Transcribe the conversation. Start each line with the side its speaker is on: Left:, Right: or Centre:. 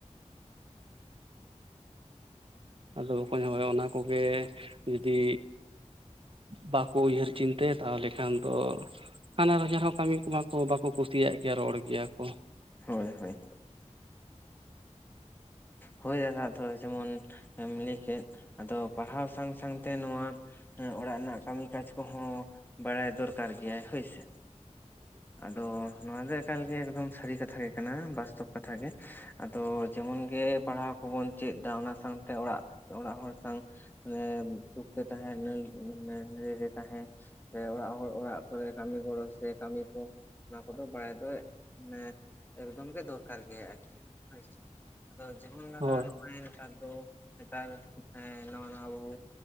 Right: ᱟᱫᱚ ᱚᱠᱚᱭ ᱦᱚᱸᱭ ᱚᱱᱟ ᱠᱚᱜᱮ ᱡᱩᱫᱤ ᱵᱟᱠᱚ ᱩᱭᱦᱟᱹᱨ ᱪᱤᱱᱛᱟᱹᱭ ᱛᱟᱦᱚᱞᱮ ᱠᱷᱟᱱ ᱫᱚ ᱾ ᱦᱟᱱᱦᱟᱨ ᱦᱚᱧᱦᱟᱨ ᱦᱚᱸ ᱠᱟᱹᱢᱤ ᱠᱚᱢᱟ ᱠᱚ ᱵᱟᱠᱚ ᱠᱩᱥᱤᱭᱟᱜ ᱜᱮᱭᱟ ᱨᱚᱲ ᱜᱮᱭᱟ ᱠᱚ
Left: ᱦᱳᱭ ᱦᱳᱭ ᱦᱳᱭ ᱟᱨᱦᱚᱸ ᱟᱫᱚ ᱡᱮᱢᱚᱱ ᱞᱟᱹᱭ ᱠᱮᱫ ᱟᱫᱚ ᱯᱟᱲᱦᱟᱣ ᱥᱟᱝ ᱥᱟᱝᱛᱮ ᱱᱚᱣᱟ ᱦᱮ ᱚᱲᱟᱜ ᱨᱮᱱᱟᱜ ᱠᱟᱹᱢᱤ ᱠᱟᱡᱽ ᱠᱚᱦᱚᱸ ᱵᱟᱲᱟᱭ ᱫᱚᱨᱠᱟᱨ ᱜᱮᱭᱟᱭ ᱦᱳᱭ ᱥᱮ
Right: <inaudible>
Left: ᱟᱫᱚ ᱱᱚᱣᱟ ᱫᱚ ᱮᱠᱟᱞᱜᱮ ᱮᱠᱫᱚᱢ ᱥᱟᱹᱨᱤ ᱠᱟᱛᱷᱟ ᱜᱮ ᱠᱟᱱᱟ ᱵᱟᱥᱛᱚᱵ ᱠᱟᱛᱷᱟ ᱜᱮ ᱟᱫᱚ ᱡᱮᱢᱚᱱ ᱜᱮ ᱯᱟᱲᱦᱟᱣ ᱠᱚᱵᱚᱱ ᱪᱮᱫ ᱫᱟ ᱚᱱᱟ ᱥᱟᱶᱛᱮ ᱚᱲᱟᱜ ᱚᱲᱟᱜ ᱦᱚᱲ ᱥᱟᱝ ᱧᱮ ᱥᱩᱠᱛᱮ ᱛᱟᱦᱮᱸ <unintelligible> ᱮ ᱛᱟᱦᱮᱸ ᱥᱮ ᱚᱲᱟᱜ ᱦᱚᱲ ᱚᱲᱟᱜ ᱠᱚᱨᱮ ᱠᱟᱹᱢᱤ ᱜᱚᱲᱚ ᱥᱮ ᱠᱟᱹᱢᱤ ᱠᱚ ᱱᱚᱣᱟ ᱠᱚᱫᱚ ᱵᱟᱲᱟᱭ ᱫᱚ ᱢᱟᱱᱮ ᱮᱠᱫᱚᱢ ᱜᱮ ᱫᱚᱨᱠᱟᱨ ᱜᱮᱭᱟ ᱟᱨᱠᱤ ᱦᱳᱭ ᱥᱮ ᱟᱫᱚ ᱡᱮᱢᱚᱱ ᱫᱟᱫᱟ
Right: ᱦᱳᱭ
Left: ᱱᱚᱜ-ᱚᱭ ᱱᱮᱛᱟᱨ ᱫᱚ ᱱᱮᱛᱟᱨ ᱦᱮᱸ ᱱᱟᱣᱟ ᱱᱟᱣᱟ ᱵᱟᱹᱦᱩ